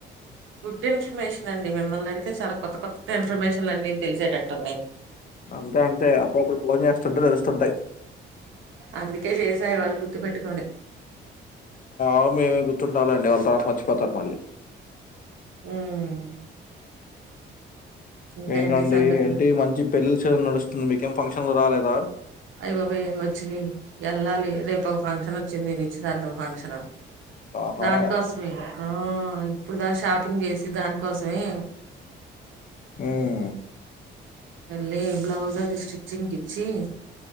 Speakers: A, on the right (about 75°); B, on the left (about 45°).
A: గుడ్ ఇన్ఫర్మేషన్ అండి మిమ్మల్ని అడిగితే చాలా కొత్త కొత్త ఇన్ఫర్మేషన్లు అన్ని తెలిసేటట్టు అన్ని
B: అంతే అంతే అప్పుడప్పుడు ఫోన్ చేస్తుంటే తెలుస్తుంటాయి
A: అందుకే చేసా ఈవాళ గుర్తుపెట్టుకొని
B: ఆ మీమేం గుర్తుంటం లేండి వాళ్ళ తరువాత మర్చిపోతారు మళ్ళీ
A: హ్మ్మ్ ఇంకా
B: ఏంటండి
A: ఏంటి సంగతులు
B: ఏంటి మంచి పెళ్ళిళ్ళ సీజన్ నడుస్తుంది మీకేం ఫంక్షన్లు రాలేదా
A: అయ్య బాబోయి వచ్చినయి వెళ్ళాలి రేపు ఒక ఫంక్షన్ వచ్చింది నిశ్చితార్థం ఫంక్షన్
B: ఆహా
A: దానికోసమేగా ఇప్పుడు దాగా షాపింగ్ చేసి దానికోసమే
B: ఉహు
A: లే బ్లాజ్ అది స్టిచింగ్ కి ఇచ్చి